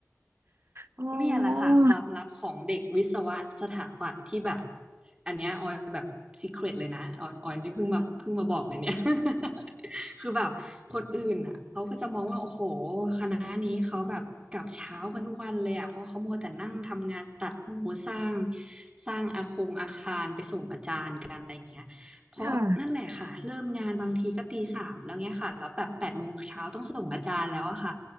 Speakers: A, on the right; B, on the right.
A: อ๋อ
B: เนี่ยแหละค่ะความลับของเด็กวิศวะสถาปัตย์ที่แบบอันเนี้ยออยแบบซีเครตเลยนะออยออยที่เพิ่งมาเพิ่งมาบอกเนี่ยเนี่ย <laughs> คือแบบคนอื่นอ่ะเขาก็จะมองว่าโอ้โหคณะนี้เขาแบบกลับเช้ากันทุกวันเลยอ่ะเพราะเขามัวแต่นั่งทำงานตัดหมูสร้างสร้างอาคงอาคารไปส่งอาจารย์กันอะไรอย่างเงี้ยเพราะนั่นแหละค่ะเริ่มงานบางทีก็ตีสามแล้วเงี้ยค่ะแล้วแบบแปดโมงเช้าต้องส่งอาจารย์แล้วอะค่ะ
A: ค่ะ